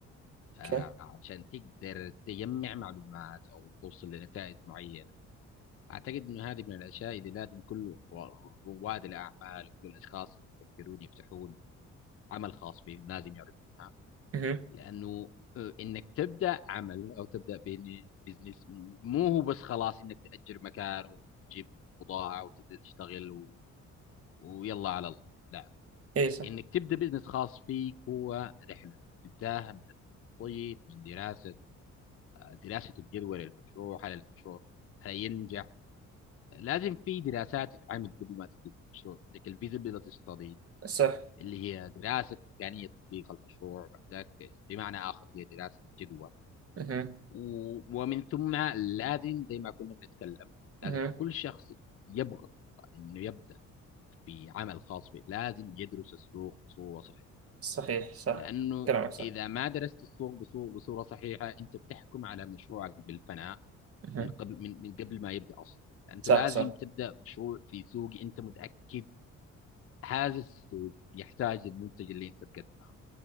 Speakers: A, on the left (about 50°); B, on the right (about 50°).
A: آه،
B: اوكي
A: عشان تقدر تجمع معلومات او توصل لنتائج معينه أعتقد إنه هذه من الأشياء اللي لازم كل رو- رواد الأعمال وكل الأشخاص اللي يفكرون يفتحون عمل خاص بهم لازم يعرفونها
B: اها
A: لأنه آه، إنك تبدأ عمل أو تبدأ بين- بزنس مو هو بس خلاص إنك تأجر مكان وتجيب بضاعة وتبدأ تشتغل و... ويلا على الله لا
B: اي صح
A: إنك تبدأ بزنس خاص فيك هو رحلة تبداها من التخطيط من دراسة آه، دراسة الجدوى للمشروع هل المشروع هينجح لازم في دراسات تتعمل قبل ما تبدا المشروع عندك الفيزابيلتي ستادي
B: صح
A: اللي هي دراسه امكانيه تطبيق المشروع بعدك بمعنى اخر هي دراسه جدوى
B: اها
A: و- ومن ثم لازم زي ما كنا بنتكلم لازم
B: اها
A: كل شخص يبغى انه يبدا في عمل خاص به لازم يدرس السوق بصوره صحيحه
B: صحيح صح
A: لانه
B: كلامك صح
A: اذا ما درست السوق بصو- بصوره صحيحه انت بتحكم على مشروعك بالفناء
B: اها
A: من قبل من من قبل ما يبدا اصلا انت
B: صح
A: لازم
B: صح
A: تبدا مشروع في سوق انت متاكد هذا السوق يحتاج المنتج اللي انت تقدمه